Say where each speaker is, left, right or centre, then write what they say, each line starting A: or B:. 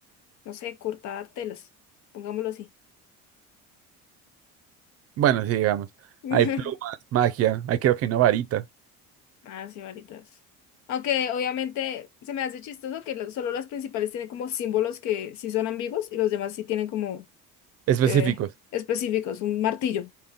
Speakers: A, on the left; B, on the right.
A: No sé, cortar telas, pongámoslo así.
B: Bueno, sí, digamos.
A: <laughs>
B: Hay plumas, magia, hay creo que una varita.
A: Ah, sí, varitas. Aunque obviamente se me hace chistoso que lo- solo las principales tienen como símbolos que sí son ambiguos y los demás sí tienen como
B: Específicos.
A: eh, específicos, un martillo